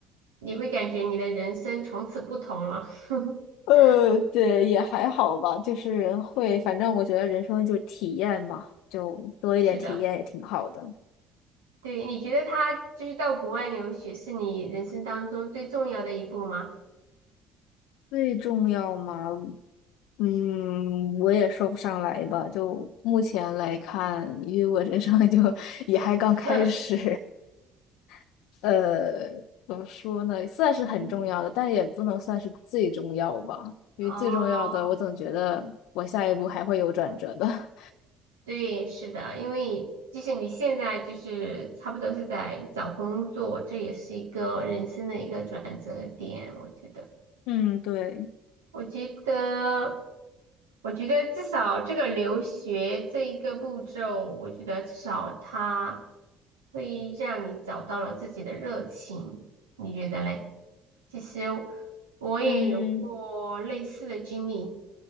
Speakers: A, on the right; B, on the left.
A: 你会感觉你的人生从此不同了。<laughs>
B: 呃，对，也还好吧，就是会，反正我觉得人生就是体验嘛，就多一点体验也挺好的。
A: 是的，对，你觉得他就是到国外留学是你人生当中最重要的一步吗？
B: 最重要吗？嗯，我也说不上来吧。就目前来看，因为我人生就 <laughs> 也还刚开始，
A: <laughs>
B: <laughs> 呃，怎么说呢？算是很重要的，
A: 嗯，
B: 但也不能算是最重要吧。因为最重要的，
A: 哦。
B: 我总觉得我下一步还会有转折的。<laughs>
A: 对，是的，因为即使你现在就是差不多是在找工作，这也是一个人生的一个转折点，我觉得，
B: 嗯，对，
A: 我觉得，我觉得至少这个留学这一个步骤，我觉得至少它会让你找到了自己的热情，你觉得嘞？其实我也有过类似的经历
B: 嗯